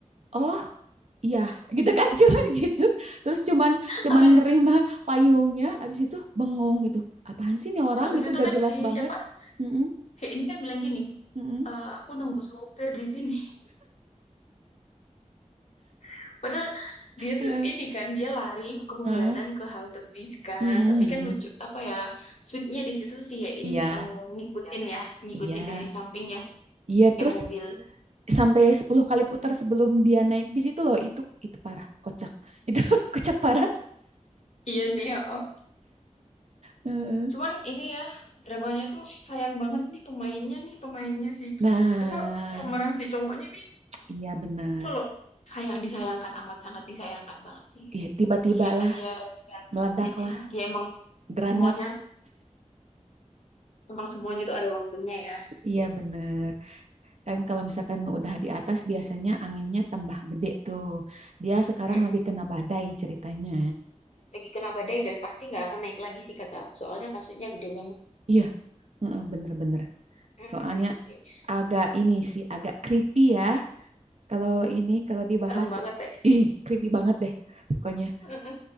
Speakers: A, on the right; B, on the left.
A: oh iya gitu kan <laughs> cuman gitu terus cuman cuman
B: Habis
A: nerima
B: itu,
A: payungnya abis itu bengong gitu apaan sih nih orang
B: habis
A: gitu
B: itu
A: gak
B: kan
A: jelas
B: si
A: banget
B: siapa?
A: Mm-mm,
B: He ini kan bilang gini,
A: mm-mm,
B: "Eh, aku nunggu sopir di sini. <laughs> Padahal dia
A: eh,
B: tuh ini kan, dia lari kehujanan
A: eh,
B: ke halte bis kan.
A: mm-mm,
B: Tapi
A: mm-mm.
B: kan lucu apa ya? Sweetnya di situ si Hein
A: iya
B: eh, ngikutin ya, ngikutin
A: iya
B: dari sampingnya
A: iya
B: kayak
A: terus
B: mobil.
A: sampai 10 kali putar sebelum dia naik bis itu loh itu itu parah kocak itu <laughs> kocak parah
B: Iya sih, oh.
A: Eh, eh.
B: Cuman ini ya dramanya tuh sayang banget nih pemainnya nih pemainnya si
A: nah
B: apa pemeran si cowoknya nih
A: iya bener
B: itu loh sayang disayangkan amat sangat disayangkan banget sih
A: Iya, tiba-tiba
B: ternyata
A: lah,
B: dia
A: meledak
B: Mm-mm.
A: lah,
B: ya emang
A: granat.
B: semuanya emang semuanya tuh ada waktunya ya
A: Iya, bener. Kan kalau misalkan udah di atas biasanya anginnya tambah gede tuh. Dia sekarang
B: Mm,
A: lagi kena badai ceritanya.
B: Lagi kena badai dan pasti nggak akan naik lagi sih kata aku. Soalnya kasusnya gede banget.
A: Iya, heeh, bener-bener.
B: Mm,
A: Soalnya
B: mm, mm.
A: agak ini sih, agak creepy ya. Kalau ini, kalau dibahas,
B: serem banget ya
A: ih, creepy banget deh pokoknya.
B: Mm, mm.